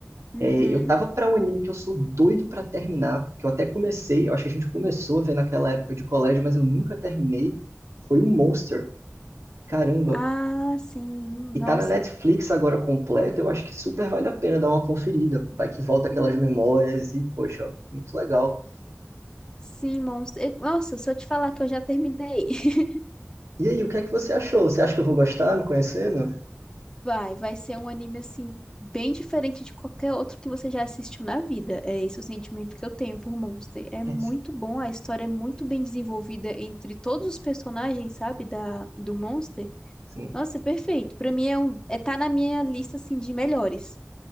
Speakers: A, on the left; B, on the right.
A: Uhum.
B: É, eu tava pra um anime que eu sou doido pra terminar, que eu até comecei, eu acho que a gente começou a ver naquela época de colégio, mas eu nunca terminei. Foi o Monster. Caramba.
A: Ah, sim.
B: E
A: Nossa.
B: tá na Netflix agora completo, eu acho que super vale a pena dar uma conferida. Vai que volta aquelas
A: Hum,
B: memórias e, poxa, ó, muito legal.
A: Sim, monstro. Eu- Nossa, se eu te falar que eu já terminei. <laughs>
B: E aí, o que é que você achou? Você acha que eu vou gostar me conhecendo?
A: Vai, vai ser um anime assim bem diferente de qualquer outro que você já assistiu na vida. É esse o sentimento que eu tenho por Monster. É muito
B: É,
A: bom, a história é muito bem desenvolvida entre todos os personagens, sabe, da do Monster.
B: sim.
A: Nossa, é perfeito. Pra mim é um é tá na minha lista assim de melhores.